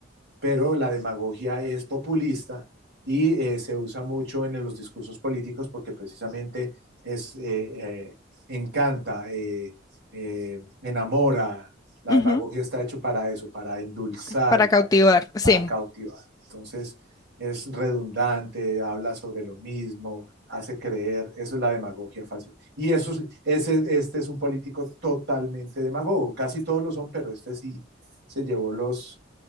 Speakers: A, on the right (about 60°); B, on the left (about 20°).
A: pero la demagogia es populista y eh, se usa mucho en los discursos políticos porque precisamente es, eh, eh, encanta, eh, eh, enamora. La
B: Ujú.
A: demagogia está hecho para eso, para endulzar,
B: Para cautivar,
A: para,
B: sí.
A: para cautivar. Entonces es redundante, habla sobre lo mismo, hace creer, eso es la demagogia fácil. Y eso, es- ese, este es un político totalmente demagogo, casi todos lo son, pero este sí se llevó los,